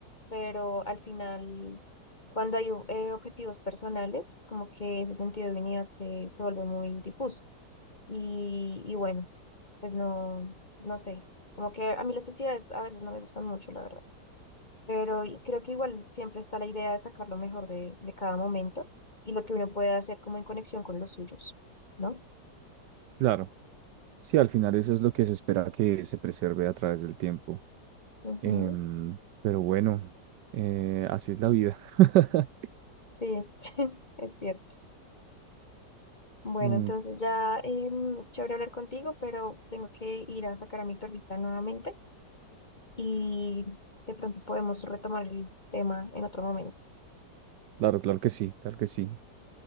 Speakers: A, on the left; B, on the right.
A: pero al final, cuando hay eh, objetivos personales, como que ese sentido de unidad se, se vuelve muy difuso. Y, y bueno, pues no, no sé, como que a mí las festividades a veces no me gustan mucho, la verdad. Pero y creo que igual siempre está la idea de sacar lo mejor de, de cada momento y lo que uno puede hacer como en conexión con los suyos, ¿no?
B: claro. Sí, al final eso es lo que se espera que se preserve a través del tiempo.
A: Ujú,
B: Em, pero bueno, eh, así es la vida. <laughs>
A: Sí, <laughs> es cierto. Bueno,
B: Mm,
A: entonces ya em, chévere hablar contigo, pero tengo que ir a sacar a mi perrita nuevamente y de pronto podemos retomar el tema en otro momento.
B: claro, claro que sí, claro que sí.